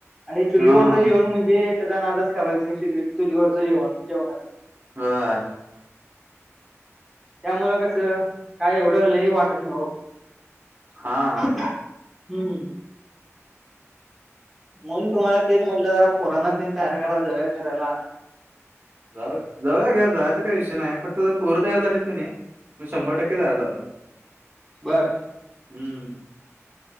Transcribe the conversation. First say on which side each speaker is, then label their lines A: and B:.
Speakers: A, in the centre; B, on the right.
A: आणि चुलीवरचं
B: हा हा
A: जेवणं म्हणजे त्यांचा नादंच करायचं नाहीं चु चुलीवरचं जेवणं जेवणांच
B: वां
A: त्यामुळें कसं कायं एवढं लही वाटतं नाहीं हो
B: हां
A: हम्मं मंग तुम्हांला तेचं म्हटलं जरां पोरांण तनं तयारी करां जाऊयां फिरायंला
B: जाऊं जाऊयां घ्यां जायचं कांहीं विषय नाहीं फक्तं जे पोरं तयार झालीत कां नाहीं मंग शंभर टक्के जांयजांतात
A: बरं
B: हम्मं